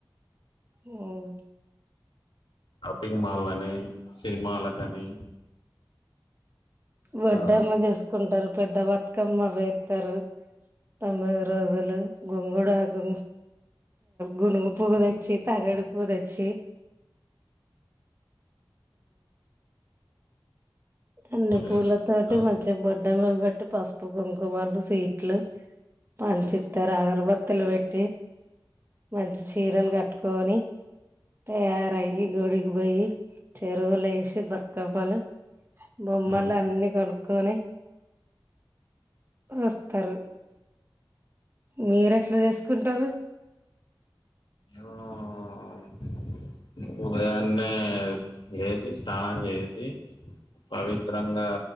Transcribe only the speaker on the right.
మ్మ్
వడ్డమ్మ
చేసుకుంటారు పెద్ద బతుకమ్మ వేత్తారు తొమ్మిది రోజులు గొంగుడు ఆకు గునుగు పువ్వ తెచ్చి తంగేడి పువ్వ్ తెచ్చి అన్ని
పూలతోటి
మంచిగా బొడ్డమ్ పెట్టి పసుపు కుంకుమలు స్వీట్లు పంచిత్తారు అగరబత్తులు పెట్టి మంచి చీరలు కట్టుకొని తయారయి గుడికి పోయి చెరువులే <unintelligible> బతుకవ్వాల బొమ్మలు
అన్ని కొనుక్కొని వస్తారు మీరెట్లా చేసుకుంటారు